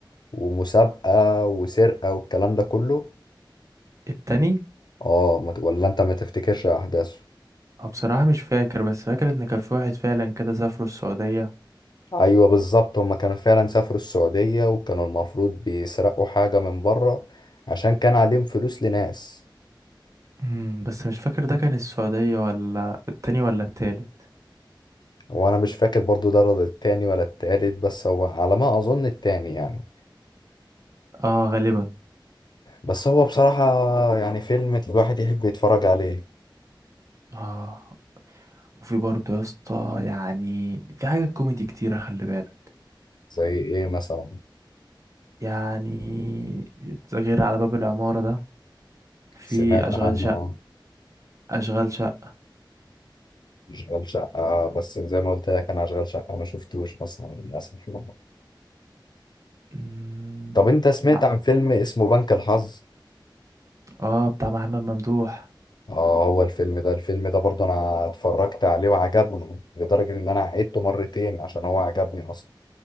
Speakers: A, on the left; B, on the right.
A: ومسابقة وسرقة والكلام ده كله
B: التاني
A: اه ما ت- ولا انت ما تفتكرش احداثه
B: اه بصراحة مش فاكر بس فاكر ان كان في واحد فعلا كده سافروا السعودية
A: ايوه بالظبط هما كانوا فعلا سافروا السعودية وكانوا المفروض بيسرقوا حاجة من بره عشان كان عليهم فلوس لناس
B: مم، بس مش فاكر ده كان السعودية ولا التاني ولا التالت
A: هو انا مش فاكر برضو ده رد التاني ولا التالت بس هو على ما اظن التاني يعني
B: اه غالبا
A: بس هو بصراحة يعني فيلم الواحد يحب يتفرج عليه
B: اه وفي برضو يا اسطى يعني في حاجة كوميدي كتيرة خلي بالك
A: زي ايه مثلا
B: يعني غير على باب العمارة ده في
A: سمعت
B: أشغال
A: عنه آه،
B: أشغال شقة
A: اشغال شقة بس زي ما قلت لك انا اشغال شقة ما شفتوش اصلا للاسف يعني.
B: مم،
A: طب انت سمعت
B: لا
A: عن فيلم اسمه بنك الحظ
B: اه بتاع محمد ممدوح
A: اه هو الفيلم ده الفيلم ده برضو انا اتفرجت عليه وعجبني لدرجة ان انا عيدته مرتين عشان هو عجبني اصلا